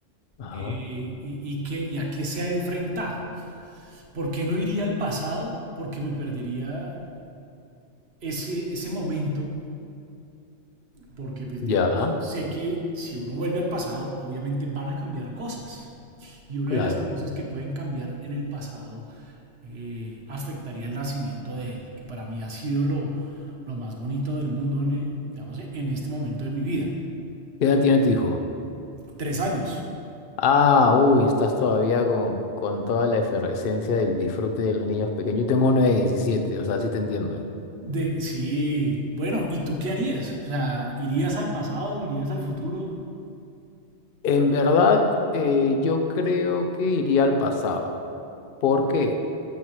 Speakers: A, on the left (about 55°); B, on the right (about 60°).
A: ajá,
B: eh, y, y qué- y a qué se ha enfrentado. ¿Por qué no iría al pasado? Porque me perdería ese, ese momento, porque pues
A: ya,
B: digamos, sé que si uno vuelve al pasado, obviamente van a cambiar cosas. y una
A: claro.
B: de las cosas que pueden cambiar en el pasado eh, afectaría el nacimiento de él, que para mí ha sido lo, lo más bonito del mundo en, eh, digamos, en este momento de mi vida.
A: ¿Qué edad tiene tu hijo?
B: Tres años.
A: Ah, uy, estás todavía con, con toda la efervescencia del disfrute de los niños pequeños. Yo tengo uno de 17. o sea, sí te entiendo.
B: De, sí, bueno, ¿y tú qué harías? O sea, ¿irías al pasado, irías al futuro?
A: En verdad, eh, yo creo que iría al pasado. ¿Por qué?